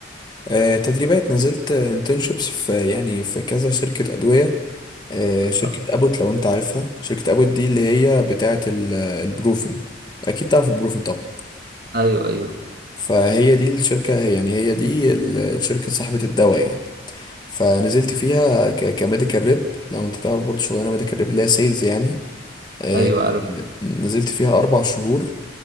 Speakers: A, on the left; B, on the right.
A: آه تدريبات نزلت انترنشيبس في يعني في كذا شركة أدوية آه، شركة
B: آه.
A: أبوت لو أنت عارفها شركة أبوت دي اللي هي بتاعة ال- البروفن أكيد تعرف البروفن طبعا
B: ايوه ايوه
A: فهي دي الشركة يعني هي دي ال- الشركة صاحبة الدواء يعني فنزلت فيها ك- كميديكال ريب لو أنت تعرف برضو شغلانة ميديكال ريب اللي هي سيلز يعني آه،
B: ايوه عارف
A: نزلت فيها أربع شهور